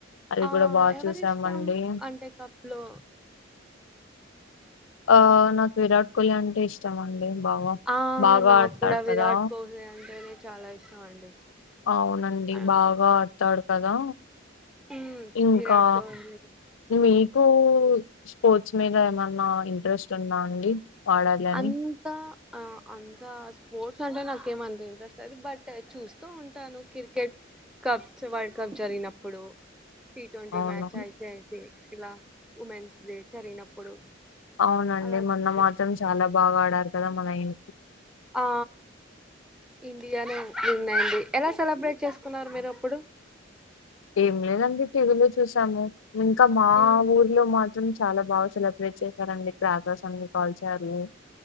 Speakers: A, on the left (about 80°); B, in the centre.
A: అది
B: ఆ
A: కూడా బాగా
B: ఎవరి
A: చూసామండి
B: ఇష్టం అంటే కప్ లో?
A: ఆ నాకు విరాట్ కోహ్లీ అంటే ఇష్టం అం. బాగా
B: ఆ
A: బాగా
B: నాకు
A: ఆడుతాడు
B: కూడా విరాట్
A: కదా.
B: కోహ్లీ అంటేనే చాలా ఇష్టం అండి.
A: అవునండి
B: ఆ
A: బాగా ఆడతాడు కదా,
B: ఉమ్
A: ఇంకా
B: విరాట్ కోహ్లీ
A: మీ కు ఇష్టంమోచ్చినై మీద ఏమన్నా ఇంట్రెస్ట్ ఉందా అండి? వాడాలి అని
B: అంతా ఆ అంతా స్పోర్ట్స్ అంటే నాకేం అంతా ఇంట్రెస్ట్ లేదు, బట్ చూస్తూ ఉంటాను క్రికెట్, కప్స్ వరల్డ్ కప్ జరిగినప్పుడు. టి ట్వంటీ
A: అవును
B: match I C I C ఇలా ఉమెన్స్ డే జరిగినప్పుడు
A: అవునండి
B: అలా
A: మొన్న
B: చూస్తూ.
A: మాత్రం చాలా బాగా ఆడారు కదా మన ఇం
B: ఆ ఇండియాని నున్నయండి ఎలా సెలబ్రేట్ చేసుకున్నారు మీరు అప్పుడు?
A: ఏం లేదండి టీవీలో చూసాము. ఇంకా మా
B: ఉమ్,
A: ఊర్లో మాత్రం చ్ చాలా బాగా సెలబ్రేట్ చేసారండి క్రాకెర్స్ అన్ని కాల్చారు.